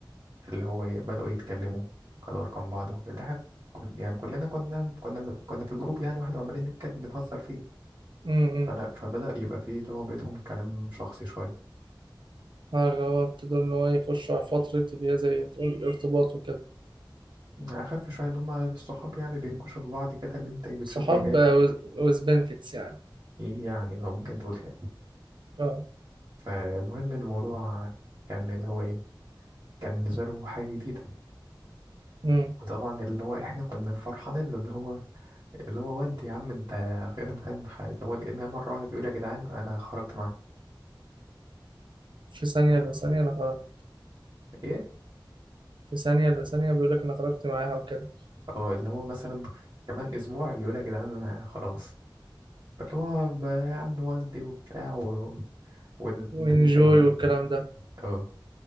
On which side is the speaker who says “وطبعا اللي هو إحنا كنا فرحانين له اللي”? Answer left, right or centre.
Right